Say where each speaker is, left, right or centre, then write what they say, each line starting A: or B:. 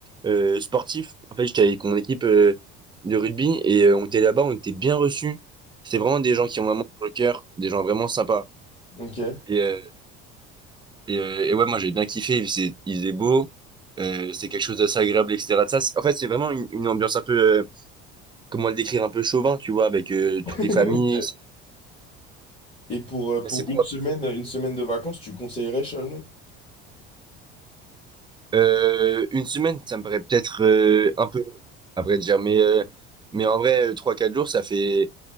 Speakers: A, on the right; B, on the left.
A: euh, sportif. En fait, j'étais avec mon équipe euh, de rugby et euh, on était là-bas, on était bien reçus. C'est vraiment des gens qui ont vraiment sur le cœur, des gens vraiment sympas.
B: Ok.
A: Et,
B: <laughs>
A: euh, et, euh, et ouais, moi j'ai bien kiffé. C'est, il faisait beau, euh, c'est quelque chose d'assez agréable, etc. Ça, c'est- en fait, c'est vraiment une, une ambiance un peu, euh, comment le décrire, un peu chauvin, tu vois, avec euh,
B: Ok.
A: toutes les familles. C'est
B: Et pour, euh,
A: c'est-
B: pour
A: c'est propre.
B: une semaine, une semaine de vacances, tu conseillerais Chalon?
A: Euh, une semaine, ça me paraît peut-être euh, un peu long, à dire, mais euh, mais en vrai, euh, trois quatre jours, ça fait